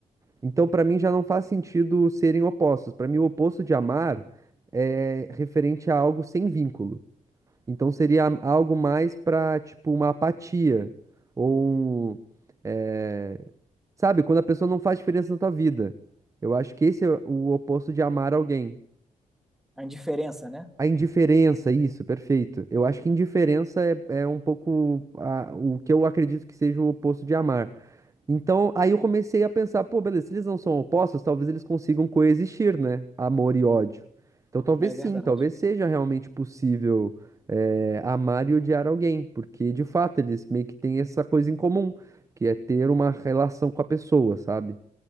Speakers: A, on the right; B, in the centre.
A: Então, pra mim já não faz sentido serem opostos. Pra mim, o oposto de amar é referente a algo sem vínculo. Então seria am- algo mais pra, tipo, uma apatia ou um, é, Sabe, quando a pessoa não faz diferença na tua vida. Eu acho que esse é o oposto de amar alguém.
B: a indiferença, né?
A: A indiferença, isso, perfeito. Eu acho que indiferença é, é um pouco a- o que eu acredito que seja o oposto de amar. Então, aí eu comecei a pensar, pô, beleza, se eles não são opostos, talvez eles consigam coexistir, né? Amor e ódio. Então, talvez
B: É
A: sim,
B: verdade.
A: talvez seja realmente possível, é, amar e odiar alguém, porque de fato eles meio que têm essa coisa em comum, que é ter uma relação com a pessoa, sabe?